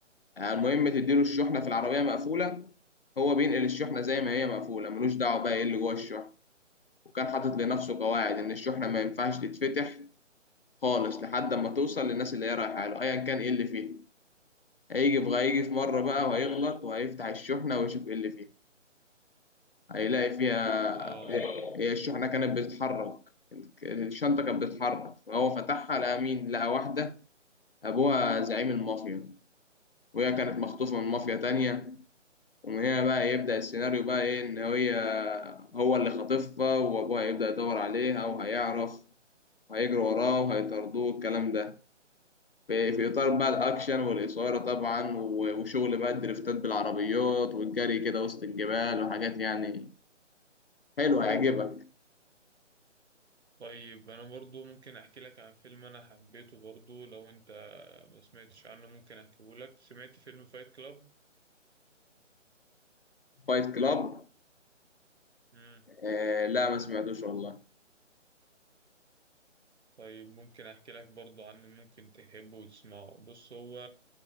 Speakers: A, on the left; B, on the right.
A: يعني المهم تديله الشحنة في العربية مقفولة هو بينقل الشحنة زي ما هي مقفولة ملوش دعوة بقى إيه اللي جوه الشحنة وكان حاطط لنفسه قواعد إن الشحنة ما ينفعش تتفتح خالص لحد ما توصل للناس اللي هي رايحة له أيا كان إيه اللي فيه هيجي في هيجي في مرة بقى
B: مم.
A: وهيغلط وهيفتح الشحنة ويشوف إيه اللي فيها هيلاقي فيها
B: اه
A: هي الشحنة كانت بتتحرك الشنطة كانت بتتحرك فهو فتحها لقى مين؟ لقى واحدة أبوها زعيم المافيا وهي كانت مخطوفة من مافيا تانية ومن هنا بقى يبدأ السيناريو بقى إيه إن هي هو اللي خاطفها وأبوها يبدأ يدور عليها وهيعرف وهيجري وراه وهيطاردوه الكلام ده في في اطار بقى الاكشن والاثاره طبعا و- وشغل بقى الدريفتات بالعربيات والجري كده وسط الجبال وحاجات يعني حلو هيعجبك
B: طيب انا برضو ممكن احكي لك عن فيلم انا حبيته برضو لو انت ما سمعتش عنه ممكن احكيه لك سمعت فيلم فايت كلاب
A: فايت كلاب
B: امم
A: آه لا ما سمعتوش والله
B: طيب ممكن احكي لك برضو عنه ممكن تحبه وتسمعه بص هو